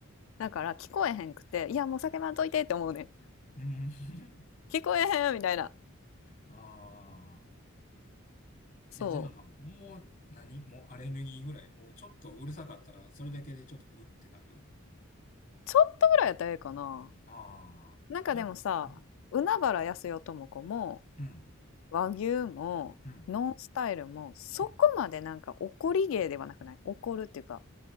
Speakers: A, on the left (about 65°); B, on the left (about 40°).
A: だから聞こえへんくて、いや、もう叫ばんといてって思うねん。
B: うん。うん。<laughs>
A: 聞こえへんみたいな。
B: ああ。
A: そう。
B: え、じゃあ、もう何、もうアレルギーぐらい。もうちょっとうるさかったら、それだけでちょっとうってなる
A: ちょっとぐらいやったらええかな。
B: ああ。
A: なんかでもさ、
B: なうん。
A: 海原やすよとも子も、
B: うん。
A: 和牛も、
B: うん。
A: ノンスタイルも、そこまでなんか怒り芸ではなくない怒るっていうか、
B: うん。